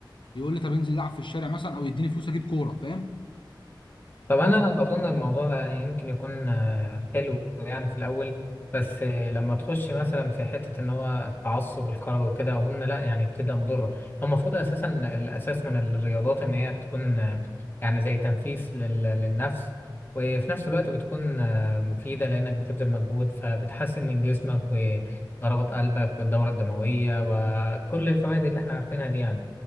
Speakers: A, on the left; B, on the left.
A: يقول لي طب انزل العب في الشارع مثلا او يديني فلوس اجيب كوره فاهم
B: طب انا اظن الموضوع ده يمكن يكون آه، حلو يعني في الاول بس آه، لما تخش مثلا في حته ان هو التعصب الكروي وكده اظن لا يعني بتبدا مضره هو المفروض اساسا الاساس من الرياضات ان هي بتكون آه، يعني زي تنفيس لل- للنفس وفي نفس الوقت بتكون آه، مفيده لانك بتبذل مجهود فبتحسن من جسمك وضربات قلبك والدوره الدمويه وكل الفوائد اللي احنا عارفينها دي يعني